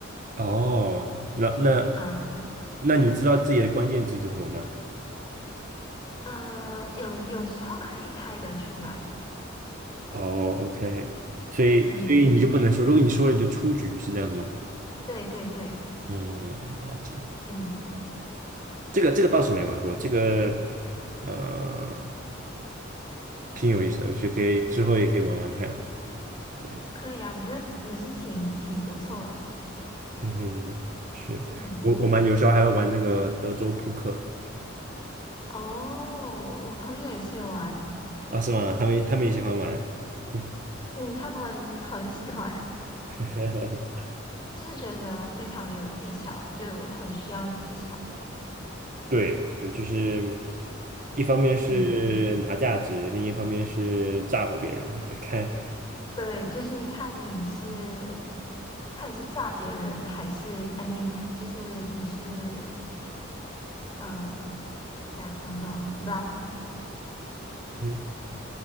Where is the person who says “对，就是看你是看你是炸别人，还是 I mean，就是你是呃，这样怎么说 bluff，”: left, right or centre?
Left